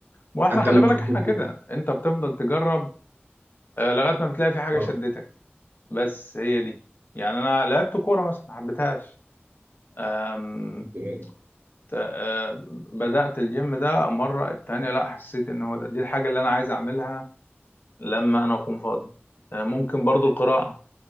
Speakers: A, on the left; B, on the right.
A: واحنا
B: حتى
A: خلي
B: ممكن
A: بالك احنا
B: كنت
A: كده
B: بز...
A: انت بتفضل تجرب آه، لغاية ما بتلاقي في حاجة
B: اه
A: شدتك بس هي دي يعني انا لعبت كورة مثلا ما حبيتهاش أم-
B: كنت بقى-
A: ت- آه، بدأت الجيم ده مرة التانية لا حسيت ان هو ده دي الحاجة اللي انا عايز اعملها لما انا اكون فاضي آه، ممكن برضو القراءة